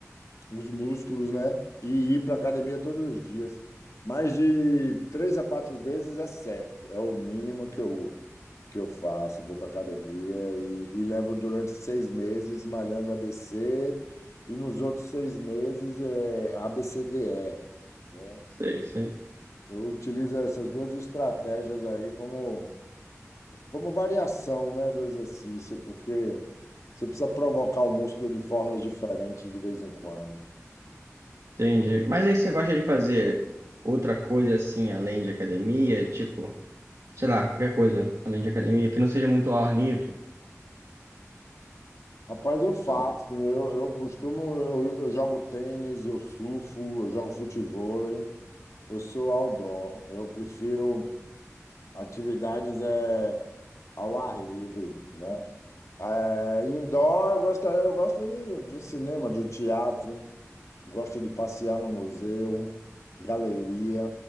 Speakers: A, on the left (about 70°); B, on the right (about 75°).
A: os músculos, né? E ir para academia todos os dias. Mais de três a quatro vezes é certo, é o mínimo que eu, que eu faço. Vou para academia e, e levo durante seis meses malhando ABC e nos outros seis meses é ABCDE, né?
B: Sei, sei.
A: Eu utilizo essas duas estratégias aí como, como variação, né, do exercício, porque você precisa provocar o músculo de formas diferentes de vez em quando.
B: Entendi. Mas aí você gosta de fazer outra coisa assim, além de academia, tipo, sei lá, qualquer coisa além de academia, que não seja muito ao ar livre?
A: Rapaz, eu faço.
B: Também.
A: Eu, eu costumo, eu, eu jogo tênis, eu surfo, eu jogo futevôlei. Eu sou outdoor. Eu prefiro atividades eh, ao ar livre, né? É, indoor, eu gostaria, eu gosto de, de um cinema, de um teatro, gosto de passear no museu, galeria.